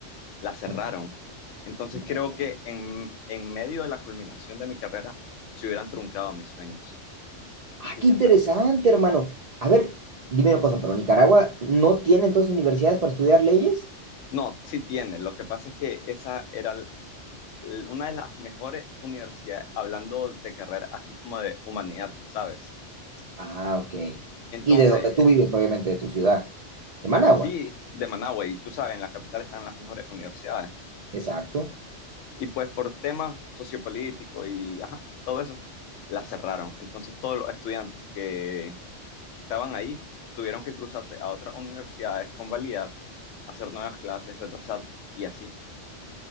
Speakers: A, on the left (about 85°); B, on the right (about 70°).
A: la cerraron.
B: Ujú.
A: Entonces
B: No.
A: creo que en, en medio de la culminación de mi carrera, se hubieran truncado mis sueños.
B: Ah,
A: Fíjate.
B: qué interesante, hermano. A ver, dime una cosa, pero Nicaragua no tiene entonces universidades para estudiar leyes?
A: No, sí tiene. Lo que pasa es que esa era l- una de las mejores universidades, hablando de carrera, así como de humanidad, ¿sabes?
B: Ah, ok.
A: Entonces,
B: Y de donde
A: eh,
B: tú vives, obviamente, de tu ciudad, de Managua.
A: sí, de Managua, y tú sabes, en la capital están las mejores universidades.
B: Exacto.
A: Y pues por temas sociopolíticos y, ajá, todo eso, la cerraron. Entonces todos los estudiantes que estaban ahí tuvieron que cruzarse a otras universidades, convalidar, hacer nuevas clases, retrasarse y así.